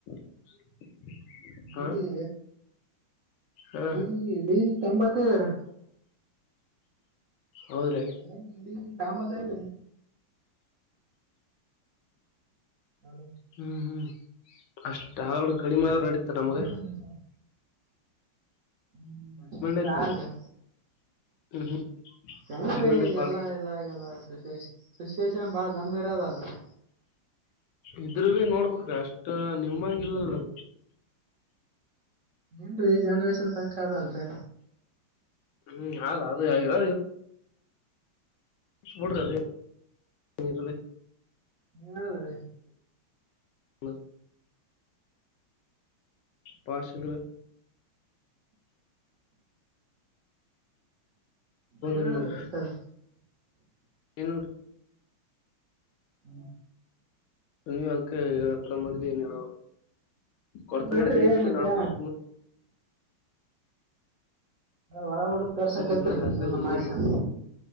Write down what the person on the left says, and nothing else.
<unintelligible> ಹಾ
ಹಾ
ಹೌದ್ರಿ
ಹ್ಮ್ ಹ್ಮ್ ಅಷ್ಟ ಹಾಗಲ್ೂ ಕಡಿಮೆ ಆದ ಇಡಿತ ನಮ್ಗ
ಐತ
ಹ್ಮ್ ಹ್ಮ್
ಡಿಮ್ಯಾಂಡ್ ಐತ್ ಬಾಳ
ಇದ್ರ ನೋಡ್ಬೇಕ್ರೀ ಅಷ್ಟ ನಿಮ್ಮಂಗಿಲ್ಲಲ್ರಿ
ಹ್ಮ್ ಅದು ಅದು ಆಗರ <unintelligible>
ಹ್ಮ ಪ ಸಿಿದಾ
ಏನ್
ಮಾಡ
ಏನಿಲ್ರಿ
ನೀವು್ ಅದಕ್ಕೆತರ ಮಾಡಿದಿ ನ್ ಹೇಳ ಕೊಡ್ತ
ಮಾಡಿ ಲೀಜಿಗೆ
ನಾವ್ ಬರ್ತೀವಿ
ಇಲ್ಲ ಬ್ಯಾಸರ
ಆಗಿಲ್ಲ